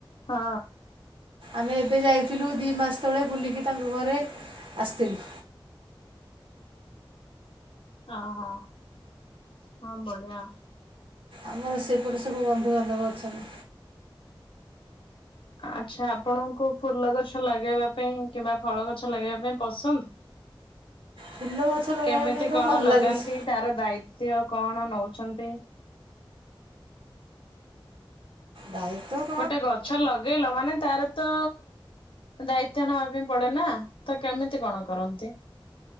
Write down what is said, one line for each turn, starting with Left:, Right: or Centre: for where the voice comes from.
Left: ହଁ।
Right: ଆମେ ଏବେ ଯାଇଥିଲୁ ଦି ମାସ ତଳେ ବୁଲିକି ତାଙ୍କ ଘରେ ଆସିଥିଲୁ।
Left: ହଁ ହଁ ବଢିଆ।
Right: ଆମର ସେପଟେ ସବୁ ବନ୍ଧୁବାନ୍ଧବ ଅଛନ୍ତି।
Left: ଆଚ୍ଛା ଆପଣଙ୍କୁ ଫୁଲଗଛ ଲଗେଇବା ପାଇଁ କିମ୍ବା ଫଳଗଛ ଲଗେଇବା ପାଇଁ ପସନ୍ଦ?
Right: ଫୁଲ ଲଗାଇବା
Left: କେମିତି
Right: ପାଇଁ ତ
Left: କଣ
Right: ଭଲ
Left: ଲଗାନ୍ତି
Right: ଲାଗୁଛି
Left: ତାର ଦାୟିତ୍ୱ କଣ ନଉଛନ୍ତି?
Right: ଦାୟିତ୍ବ।
Left: ଗୋଟେ ଗଛ ଲଗେଇଲ ମାନେ ତାର ତ ଦାୟିତ୍ବ ନେବା ପାଇଁ ପଡେନା ତ କେମିତି କଣ କରନ୍ତି?